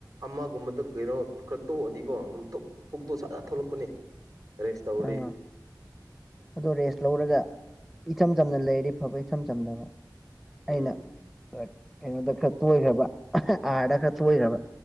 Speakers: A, on the right; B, in the centre.
A: ꯑꯃꯒꯨꯝꯕꯗ ꯀꯩꯅꯣ ꯈꯔ ꯇꯣꯛꯑꯗꯤꯀꯣ ꯑꯗꯨꯝ ꯄꯨꯛꯇꯣ ꯁꯥꯖꯥ ꯊꯣꯛꯂꯛꯄ ꯄꯨꯅꯤ ꯔꯦꯁ
B: ꯑꯥ
A: ꯇꯧꯔꯤ
B: ꯑꯗꯣ ꯔꯦꯁ ꯂꯧꯔꯒ ꯏꯆꯝ ꯆꯝꯅ ꯂꯩꯔꯤ ꯐꯕ ꯏꯆꯝ ꯆꯝꯅꯕ
A: ꯎꯝ
B: ꯑꯩꯅ ꯀꯩꯅꯣꯗ ꯈꯔꯥ ꯇꯣꯡꯔꯕ ꯔ ꯗꯥ ꯇꯔꯥ ꯇꯣꯢꯔꯕ